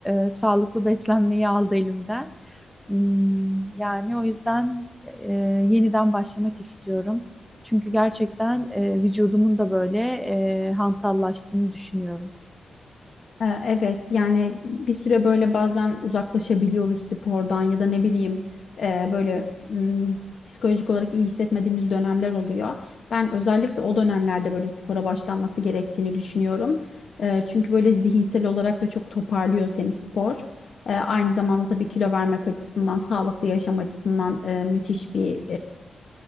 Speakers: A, in the centre; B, on the left.
A: e, sağlıklı beslenmeyi aldı elimden. Hmm, yani o yüzden e, yeniden başlamak istiyorum. Çünkü gerçekten e, vücudumun da böyle e, hantallaştığını düşünüyorum.
B: Ee, Evet yani bir süre böyle bazen uzaklaşabiliyoruz spordan ya da ne bileyim e, böyle m, psikolojik olarak iyi hissetmediğimiz dönemler oluyor. Ben özellikle o dönemlerde böyle spora başlanması gerektiğini düşünüyorum. Ee, çünkü böyle zihinsel olarak da çok toparlıyor seni spor. Ee, aynı zamanda tabii kilo vermek açısından, sağlıklı yaşam açısından e, müthiş bir